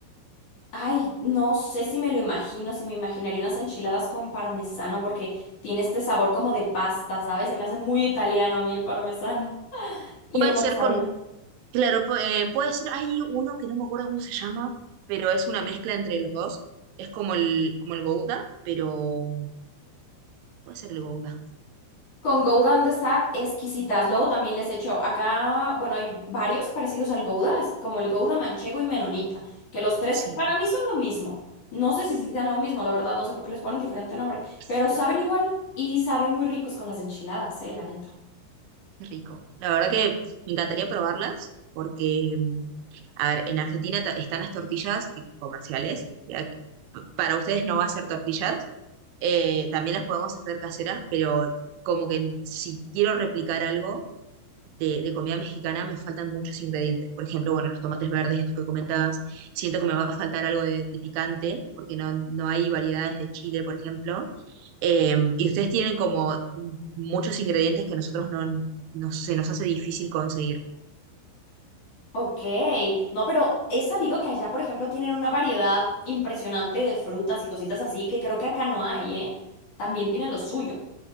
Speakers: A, on the left; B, on the right.
A: Ay, no sé si me lo imagino, si me imaginaría unas enchiladas con parmesano, porque tiene este sabor como de pasta, ¿sabes? Se me hace muy italiano a mí el parmesano. Y
B: Puede
A: el mozzarella.
B: ser con, claro, pu- eh, puede ser, hay uno que no me acuerdo cómo se llama, pero es una mezcla entre los dos. Es como el, como el Gouda, pero puede ser el Gouda,
A: Con Gouda han de estar exquisitas. Luego también les echo acá, bueno, hay varios parecidos al Gouda, es como el Gouda manchego y menonita, que los tres
B: sí.
A: para mí son lo mismo. No sé si sí sean lo mismo, la verdad, no sé por qué les ponen diferente nombre,
B: <laughs>
A: pero saben
B: Qué
A: igual y saben muy ricos con las enchiladas, eh, la neta.
B: rico. La verdad que me encantaría probarlas porque A ver, en Argentina ta- están las tortillas que- comerciales, ya que para ustedes no va a ser tortillas, eh, también las podemos hacer caseras, pero como que si quiero replicar algo de, de comida mexicana me faltan muchos ingredientes. Por ejemplo, bueno, los tomates verdes, esto que comentabas, siento que me va a faltar algo de, de picante, porque no, no hay variedades de chile, por ejemplo. Eh, y ustedes tienen como muchos ingredientes que nosotros no, no se nos hace difícil conseguir.
A: Ok, no, pero he sabido que allá, por ejemplo, tienen una variedad impresionante de frutas y cositas así que creo que acá no hay, ¿eh? También tienen lo suyo.